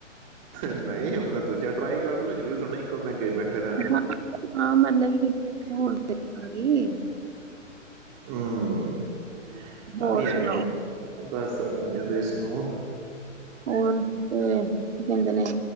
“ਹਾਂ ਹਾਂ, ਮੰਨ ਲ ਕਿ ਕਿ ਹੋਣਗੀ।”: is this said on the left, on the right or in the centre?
Right